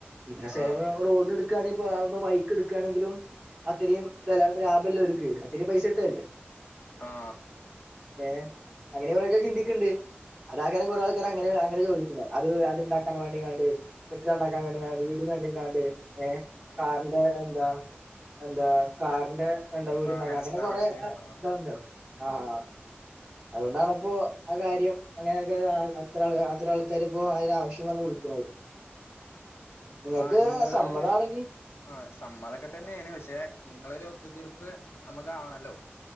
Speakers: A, on the right (about 15°); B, on the left (about 80°).
A: പിന്നെ സ്ഥലം
B: ആ ആ
A: റോഡിന എടുക്കുകയാണെങ്ക ുമ്പ വയിക്ക് എടുക്കുകയാണെങ്കിലും അതയും ലാഭല്ല അവക്ക് അ പൈസ ഇട്ടല്ലേ
B: ആ
A: ഏ അങ്ങനെ അവരൊക്കെ ചിന്തിക്ക ക്കണ്ട് അതാകനെ കുറെ ആൾക്കാർ അങ്ങനെ അങ്ങെ ചോദിക്കുന്നത് അത് അത്തുണ്ടാക്കാൻ വേണ്ടിണ് കെട്ടിടണ്ടാക്കാൻ വേ എ വീടന്നണ്ടെ കാണ്ട് ഏ- കാറിന്റെ എന്താ എന്താ കാർ ന്റെ വീടുണ്ടാക്ക
B: വാഹന
A: അങ്ങനെ
B: സ്ഥാപനത്തിന്
A: കൊറെ
B: ആ
A: ഇതണ്ടോ ആഹ്
B: ആ
A: അതുകൊണ്ടാണ ഇപ്പോ ആ കാര്യം അങ്ങനെയൊക്കെ അത്രൾ അത്ര ആൾക്കാര് ഇപ്പോ അതിനാവശ്യം വന്ന് വിളിക്കുന്നത്- നിങ്ങൾക്ക്
B: ആ നിങ്ങള്
A: സമ്മതമാണെങ്കി-
B: ആ സമ്മതൊക്കെ തന്നെയന് പക്ഷെ നിങ്ങളരു ഒത്തുതീർപ്പ് നമ്മുക്ക ആവണല്ലോ?